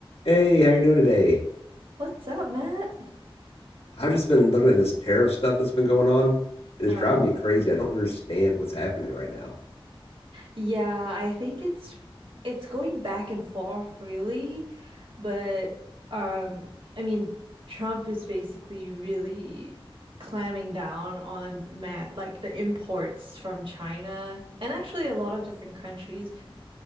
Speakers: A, on the left; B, on the right.
A: Hey, how you doing today?
B: What's up, Matt?
A: I've just been looking at this tariff stuff that's been going on, and it's
B: Oh,
A: driving me crazy. I don't understand what's happening right now.
B: yeah, I think it's it's going back and forth really, but um I mean Trump is basically really clamming down on Matt like the imports from China and actually a lot of different countries